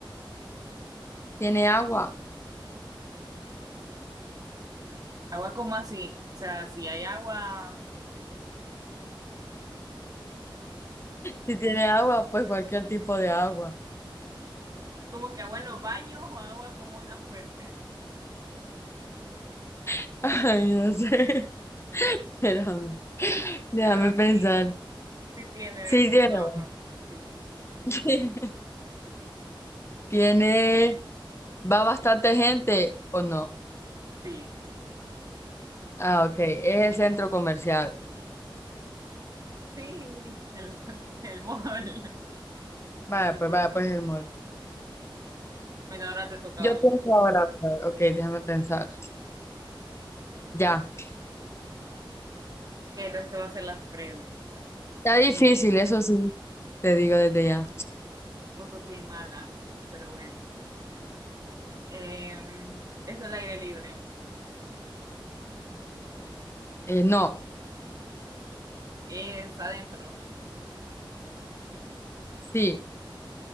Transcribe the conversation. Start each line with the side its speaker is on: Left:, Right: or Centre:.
Left: Tiene agua.
Right: agua como así, o sea, si hay agua,
Left: Si tiene agua, pues cualquier tipo de agua.
Right: como que agua en los baños o agua como una fuente.
Left: <laughs> Ay, no sé. <laughs> Espérame. Déjame
Right: Bueno, sí,
Left: pensar.
Right: sí tiene de,
Left: Sí, tiene
Right: de todas
Left: agua.
Right: formas. Sí,
Left: <laughs> Tiene, va bastante gente o no.
Right: sí,
Left: Ah, ok. Es el centro comercial.
Right: sí, el, el mol.
Left: Vaya, pues vaya, pues el mall.
Right: Bueno, ahora te toca
Left: Yo
Right: a vos.
Left: pienso ahora. pero- Ok, déjame pensar. Ya.
Right: Entonces te voy a hacer las preguntas.
Left: Está difícil,
Right: Eh,
Left: eso sí. Te digo desde ya.
Right: vos sos bien mala, pero bueno. Em, es al aire libre,
Left: Eh, no,
Right: es adentro,
Left: sí,